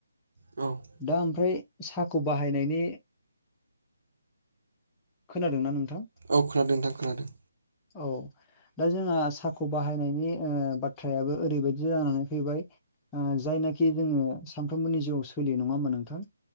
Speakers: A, on the right; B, on the left.
A: औ औ
B: दा ओमफ्राय साखौ बाहायनायनि खोनादों नोंथां
A: औ खोनादों नोंथां खोनादों
B: औ दा जोंहा साहाखौ बाहायनायनि बाथ बख्रायाबो ओरैबायदि जानानै फैबाय जायनाखि जोङो सानफ्रोमबोनि जिउआव सोलियो नङा होमबा नोंथां